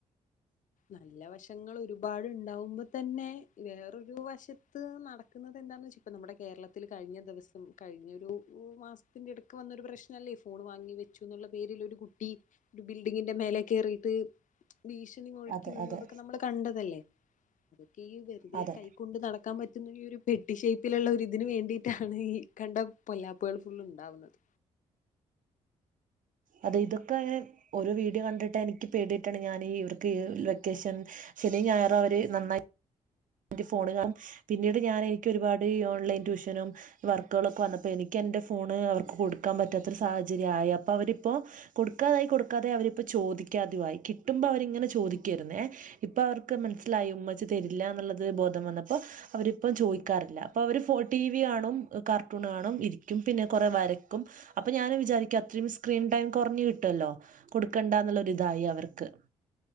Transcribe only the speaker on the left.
നല്ല വശങ്ങൾ ഒരുപാട്ണ്ടാവുമ്പോ തന്നെ വേറൊരു വശത്ത് നട ുന്നത് എന്താന്ന് വച്ചാ ഇപ്പ നമ്മുടെ കേരളൽ കഴിഞ്ഞ ദിവസം കഴിഞ്ഞ ഒരു മാസത്തിന്റെ ഇടക്ക് വന്നൊരു പ്രശ്നംല്ലേ ഫോൺ വാങ്ങി വെച്ചു എന്ന പേരിൽ ഒരു കുട്ടി ബിൽഡിങ്ങിന്റെ മേലെ കട്ട് ഭീ
നിന്നതൊക്കെ
നമ്മള് കണ്ടതല്ലേ അ വെറുതെ
കൈ കൊണ്ട് നടക്കാൻ പറ്റും ഒരു പെട്ടി ഷേപ്പിലുള്ള ഒരു ഇതിനന് വേണ്ടിയിട്ടാണ് ഈ കണ്ട പൊല്ലാപ്പുകൾ ഫുള് ഉണ്ടാവുന്നത്